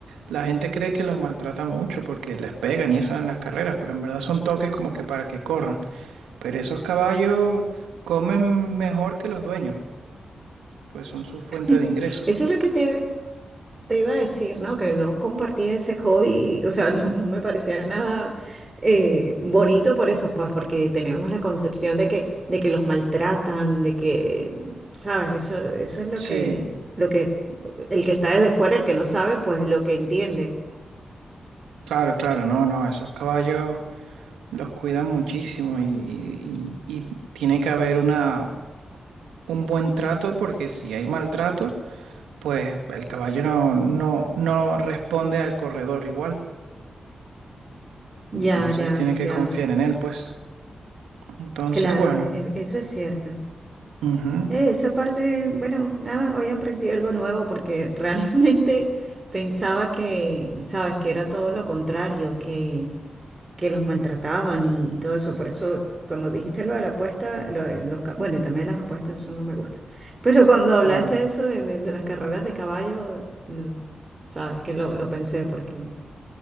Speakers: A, on the right; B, on the right.
A: la gente cree que los maltrata mucho porque les pegan y eso en las carreras, pero en verdad son toques como que para que corran. Pero esos caballos comen mejor que los dueños, pues son su fuente
B: <laughs>
A: de ingresos.
B: Eso es lo que te, Te iba a decir, ¿no? Que no compartía ese hobby, o sea, no, no me parecía nada eh, bonito por eso, pues, porque teníamos la concepción de que, de que los maltratan, de que, ¿sabes? Eso, eso es lo
A: Sí,
B: que, lo que, el que está desde fuera, el que no sabe, pues lo que entiende.
A: claro, claro, no, no, esos caballos los cuidan muchísimo y, y, y- y tiene que haber una, un buen trato porque si hay maltrato pues el caballo no, no, no responde al corredor igual. Entonces
B: Ya, ya,
A: tiene que
B: ya,
A: confiar en él, pues. Entonces,
B: claro,
A: bueno,
B: e- eso es cierto.
A: ujú,
B: Eh, esa parte, bueno, nada, hoy aprendí algo nuevo porque <laughs> realmente pensaba que, ¿sabes? Que era todo lo contrario, que que los maltrataban y, y todo eso. Por eso, cuando dijiste lo de la apuesta, lo de los, ca- bueno, y también las apuestas, eso no me gusta. <laughs> Pero cuando hablaste
A: claro.
B: de eso de, de- de las carreras de caballo, lo- sabes que lo, lo pensé porque